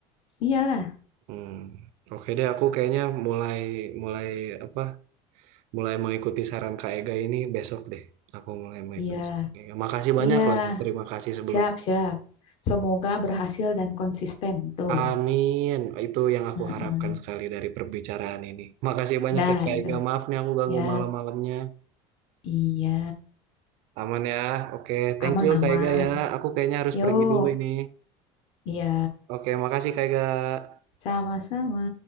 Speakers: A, on the left (about 40°); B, on the right (about 60°).
A: iyalah,
B: Hmm, Oke deh, aku kayaknya mulai mulai apa? Mulai mengikuti saran Kak Ega ini besok deh. Aku mulai mengikuti
A: iya,
B: saran Kak Ega. Makasih banyak
A: iya,
B: loh ya. Terima kasih sebelum.
A: siap siap. Semoga berhasil dan konsisten tuh.
B: Amin. Itu yang aku
A: Heeh.
B: harapkan sekali dari perbicaraan ini. Makasih banyak
A: Dah
B: ya Kak
A: itu.
B: Ega. Maaf nih aku ganggu
A: Ya,
B: malam-malamnya.
A: iya,
B: Aman ya. Oke, thank
A: aman
B: you
A: aman.
B: Kak Ega ya. Aku kayaknya harus
A: Yuk,
B: pergi dulu ini.
A: iya,
B: Oke, makasih Kak Ega.
A: sama-sama.